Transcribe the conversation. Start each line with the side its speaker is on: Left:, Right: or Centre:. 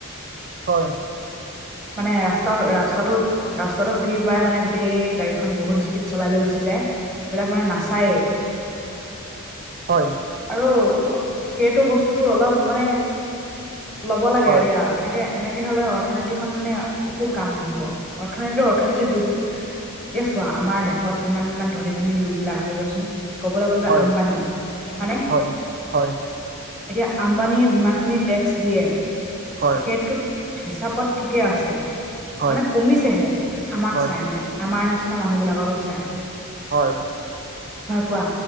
Right: হয়।
Centre: মানে ৰাস্তা ৰাস্তাটো ৰাস্তাটো ফিৰ পাই মানে গোটেই গাড়ীখন বহুত স্পীড চলাই লৈ গুচি যায়, এইবিলাক মানে নাচায়ে।
Right: হয়।
Centre: আৰু সেইটো বস্তুটো অলপ মানে ল'ব লাগে
Right: হয়
Centre: আৰু দিয়া। এনেকে এনেকে হ'লে অৰ্থনীতি খন মানে একো কাম নহ'ব, অৰ্থনীতি অৰ্থনীতি দুখ- এতিয়া চোৱা আমাৰ দেশত কিমান ইমান ধনী ধনী লোক বিলাক আছে চোৱাচোন। কবলে গ'লেতো
Right: হয়
Centre: আম্বানী, হয়নে?
Right: হয় হয় হয়
Centre: এতিয়া আম্বানীয়ে যিমানখিনি টেক্স দিয়ে,
Right: হয়
Centre: সেইটোত- হিচাপত ঠিকেই আছে,
Right: হয়
Centre: মানে কমিছেহে আমাক
Right: হয়
Centre: চাই মানে। আমাৰ নিচিনা মানুহবিলাকৰক চায়।
Right: হয়।
Centre: কোৱা?